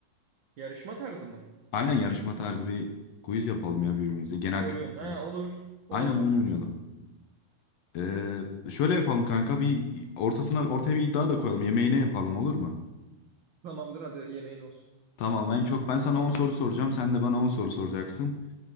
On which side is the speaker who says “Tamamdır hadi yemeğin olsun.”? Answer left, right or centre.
Right